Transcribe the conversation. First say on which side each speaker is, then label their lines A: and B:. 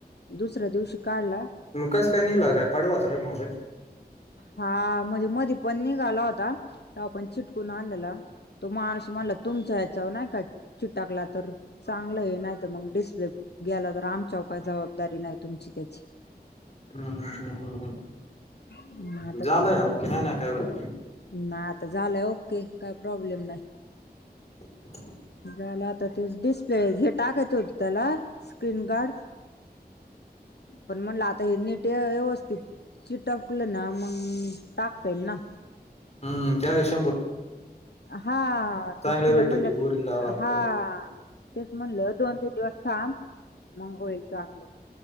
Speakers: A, on the left (about 80°); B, on the left (about 40°).
A: दुसऱ्या दिवशी काडला.
B: म कस काय निघला, काय पडला होता काय मोबाईल?
A: हा म्हजे मधीपण निघाला होता, तवापण चिटकून आणलेला. तो माणूस म्हणला, तुमच्या ह्याच्यावर नाय का चिटाकला तर, चांगलंय नायतर म डिस्प्ले गेला तर आमच्याव काय जबाबदारी नाय तुमची त्याची.
B: हम्म हम्म हम्म हम्म
A: मग
B: हम्म झाल ना ओके नाय ना काय होत?
A: नाय आता झालय ओके काय प्रॉब्लेम नाय.
B: <unintelligible>
A: झालं आता तोच डिस्प्ले हे टाकत होत त्याला स्क्रीनगार्ड. पण म्हणलं आता हे नीट यवस्थित चिटकलं ना मग टाकता येईल ना?
B: हम्म ते <unintelligible>
A: हा
B: चांगले
A: तेच तिला
B: भेटते
A: म्हणलं
B: ते गोरीला वाला
A: हा.
B: काय
A: तेच म्हणलं दोन तीन दिवस थांब मग होईल चांगलं.